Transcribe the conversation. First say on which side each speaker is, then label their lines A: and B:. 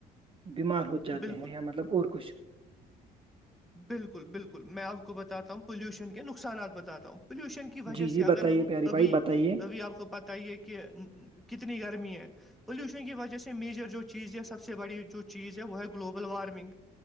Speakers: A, on the right; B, in the centre.
A: بیمار ہو جاتے
B: بالکل
A: ہیں یا مطلب اور کچھ
B: بالکل بالکل میں آپ کو بتات ہوں پولوشن کے نقصانات بتات ہوں پولوشن کے وجہ
A: جی جی
B: سے اگر
A: بتائیے
B: ہم
A: پیارے
B: ابھی
A: بھائی بتائیے
B: ابھی آپ کو پت یہ کہ کتنی گرمی ہے پولوشن کی وجہ سے میجر جو چیز ہے سب سے سے بڑی جو چیز ہے وہ ہے گلوبل وارمنگ